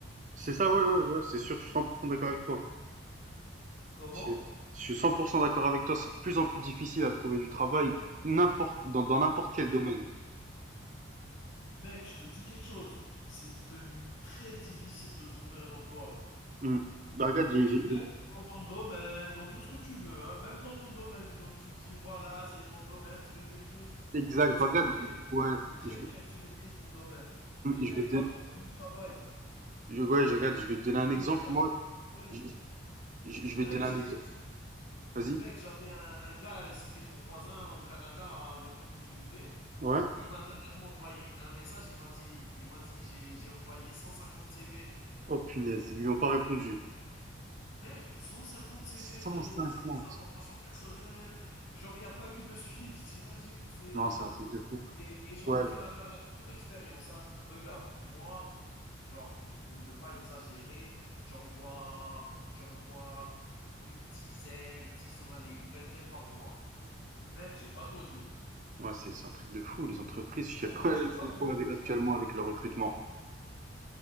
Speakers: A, on the right; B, on the left.
A: c'est
B: C'est
A: ça.
B: devenu
A: Ouais, ouais, ouais. C'est sûr. Je suis 100% d'accord avec toi.
B: comment?
A: C'est- Je suis 100% d'accord avec toi. C'est de plus en plus difficile à trouver du travail n'importe dans dans n'importe quel domaine.
B: Mec, je te dis quelque chose, c'est devenu très difficile de trouver un emploi.
A: Mmh.
B: N-
A: Bah, regarde, j'ai,
B: Et
A: j'ai-
B: même dans ton domaine, dans tout ce que tu veux, hein, même dans ton domaine, genre, tu me dis, voilà, c'est mon domaine, je le maîtrise.
A: j'ai- exact.
B: C'est
A: Bah, regarde,
B: OK,
A: ouais,
B: c'est très
A: je,
B: bien que tu maîtrises ton domaine.
A: mmh,
B: Mais
A: je
B: mec,
A: vais te donner,
B: va trouver du travail.
A: je, ouais, je regarde, je vais te donner un
B: J'en
A: exemple.
B: ai fait la
A: Moi,
B: propre expérience.
A: je, je- je
B: Mec,
A: vais te donner
B: j'ai
A: un exemple. Vas-y.
B: Mec, j'avais un, un gars, c'était mon voisin au Canada à l'époque où je vivais.
A: Ouais.
B: Et Il m'a dernièrement envoyé un message, il m'a dit, il m'a dit, j'ai, j'ai envoyé 150 CV.
A: Oh, punaise, ils lui ont pas répondu.
B: Mec, 150 CV,
A: cent
B: frérot,
A: cinquante
B: c'est des informations personnelles. Genre, il n'y a pas eu de suite, <laughs> t'imagines? C'est,
A: Non, c'est un truc de fou.
B: et, et j'en
A: Ouais.
B: ai fait la, ma- la propre expérience. hein. Regarde, moi, genre, pour ne pas exagérer, j'en vois, j'en vois une dizaine, disons, allez, une vingtaine par mois. Mec, j'ai pas de retour.
A: Ouais, c'est, c'est un truc de fou. Les entreprises, je sais
B: Promis,
A: pas,
B: j'ai
A: elles
B: pas
A: font
B: de
A: quoi
B: retour.
A: avec, actuellement
B: genre.
A: avec le recrutement.